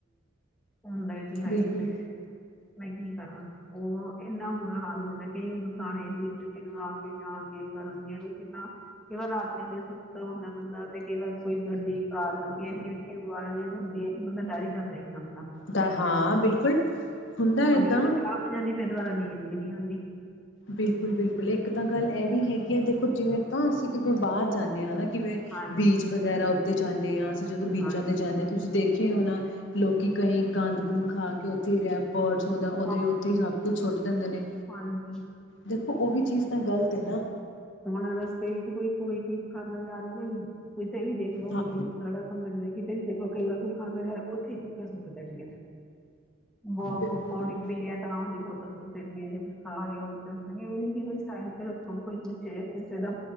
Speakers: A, in the centre; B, on the left.
A: ਹੁੰਣ ਮੈਂ ਕੀ ਆਈ
B: ਬਿਲਕੁਲ
A: ਮੈਂ ਮੈਂ ਕੀ ਕਰਾਂ, ਉਹ ਵਾਂ ਇੰਨਾ ਬੁਰਾ ਹਾਲ ਹੁੰਦਾ ਕਈ ਹੁਣ ਗਾਣੇ ਜ ਚੂਚੀ ਲਵਾ ਕੇ ਜਾਣਗੇ, ਕਰਨਗੇ ਉਹ ਕਿੰਨਾ ਕਿਵੇਂ ਰਾਤ ਵੇਲੇ ਸੁ ਹੁੰਦਾ ਬੰਦਾ ਤੇ ਕਈ ਵਾਰ ਕੋਈ ਗੱਡੀ, ਕਾਰ ਲਂਗੇ ਇੰਨੀ ਉੱਚੀ ਆਵਾਜ਼ ਹੁੰਦੀ ਹੈ ਕਿ ਬੰਦਾ ਡਰ ਹੀ ਜਾਂਦਾ ਇਕਦਮ ਤਾਂ।
B: ਦਾ ਹਾਂ ਬਿਲਕੁਲ ਹੁੰਦਾ
A: ਉਹ
B: ਏਦਾਂ
A: ਨੀਂਦ ਹੀ ਖਰਾਬ ਹੋ ਜਾਂਦੀ ਏ, ਫਿਰ ਦੁਬਾਰਾ ਨੀਂਦ ਨੀਂਦ ਨੀ ਆਉਂਦੀ।
B: ਬਿਲਕੁਲ -ਬਿਲਕੁਲ ਇੱਕ ਤਾਂ ਗੱਲ ਇਹ ਵੀ ਹੈਗੀ ਆ, ਦੇਖੋ ਜਿਵੇਂ ਤਾਂ ਅਸੀਂ ਕਿਵੇਂ ਬਾਹਰ ਜਾਂਨੇ ਆ ਹੈਣਾ ਕਿਵੇਂ
A: ਹਾਂਜੀ
B: ਬੀਚ ਵਗੈਰਾ ਤੇ ਜਾਂਨੇ ਆਂ ਜਦੋਂ ਬੀਚਾਂ
A: ਹਾਂਜੀ
B: ਤੇ ਜਾਨੇ ਆਂ, ਤੁਸੀਂ ਦੇਖੇਆ ਹੋਣਾ ਲੋਕ ਕਿ ਕਈ ਗੰਦ -ਗੁੰਦ ਖਾ ਕੇ, ਉੱਥੇ ਹੀ ਰਹਿ ਪਸ ਉਹਦਾ ਉਦੋਂ
A: ਹਾਂ।
B: ਹੀ ਉੱਥੇ ਹੀ ਸਭ ਕੁੱਛ ਛੁੱਟ ਦਿੰਦੇ ਨੇ
A: ਹਾਂਜੀ
B: ਦੇਖੋ ਉਹ ਵੀ ਚੀਜ਼ ਤਾਂ ਗ਼ਲਤ ਹੈ ਨਾ
A: ਹੁਣ ਰਸਤੇ ਵਿੱਚ ਕੋਈ ਕੋਈ ਚੀਜ਼ ਕਰਨਾ ਜਾ ਰਿਹਾ ਨਾ। ਕਿਤੇ ਵੀ ਦੇਖ ਲੋੋ
B: ਹਾਂ
A: ਗੱਲਲੀ ਸਾਰਾ ਘਮਣ ਕਿਤੇ ਵੀ ਦੇਖ ਲ ਕਈ ਵਾਰ ਕੋਈ ਖਾਦਾ ਉੱਥੇ ਹੀ ਚੁੱਕ ਕੇ ਸੁੱਟ ਦੇਣਗੇ ਬ
B: ਬਿਲਕੁਲ-ਬਿਲਕੁਲ
A: ਪਕੌੜੀ ਪੀ ਰਿਹਾ ਤਾਂ ਉਹਦੀ ਬਹੁਤ ਸੁੱਟ ਦੇਣਗੇ ਜੇ ਕੁਛ ਖਾ ਰਹੇ ਹੋ <unintelligible> ਇਹਂ ਕੀ ਹੋਈ ਸਾਹਿ <inaudible> ਹੋੋ ਕੋਈ <inaudible> ਕਿਸੇ ਦਾ ਦਾ